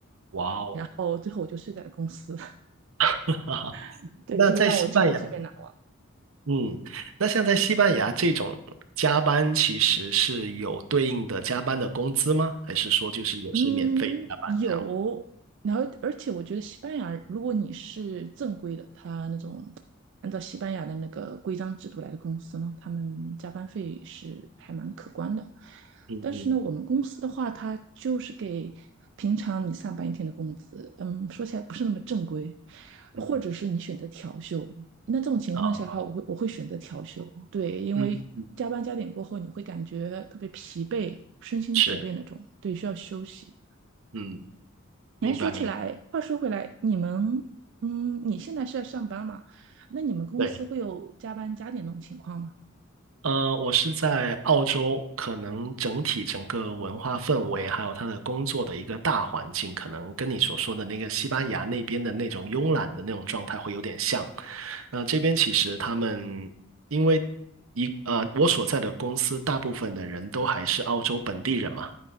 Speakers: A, on the right; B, on the right.
A: 哇哦。
B: 哦，最后我就睡在了公司，
A: <laughs>
B: <laughs> 对，
A: 那在西班牙，
B: 这个让我经历特别难。
A: 嗯，那像在西班牙这种加班，其实是有对应的加班的工资吗？还是说就是也是免费加班这样？
B: 嗯，有，然后而且我觉得西班牙，如果你是正规的，他那种按照西班牙的那个规章制度来的公司呢，他们加班费是还蛮可观的。
A: 嗯嗯
B: 但是呢，我们公司的话，它就是给平常你上班一天的工资，嗯，说起来不是那么正规，或者是你选择调休，
A: 嗯，
B: 那这种情况下的话，
A: 哦，
B: 我会我会选择调休，对，因为加班加点过后，
A: 嗯嗯，
B: 你会感觉特别疲惫，身心疲惫那种，
A: 是，
B: 对，需要休息。
A: 嗯，
B: 哎，
A: 明白明白
B: 说起来，话说回来，你们，嗯，你现在是在上班嘛？那你们公司会有加班加点那种情况吗？
A: 对，呃，我是在澳洲，可能整体整个文化氛围，还有他的工作的一个大环境，可能跟你所说的那个西班牙那边的那种慵懒的那种状态会有点像。那这边其实他们因为一呃，我所在的公司大部分的人都还是澳洲本地人嘛。